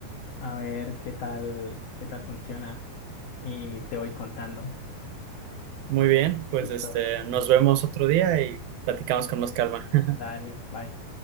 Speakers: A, on the left; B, on the right.
A: a ver qué tal, qué tal funciona y te voy contando.
B: Muy bien, pues
A: Listo,
B: este, nos vemos otro día y platicamos con más calma. <laughs>
A: dale, bye.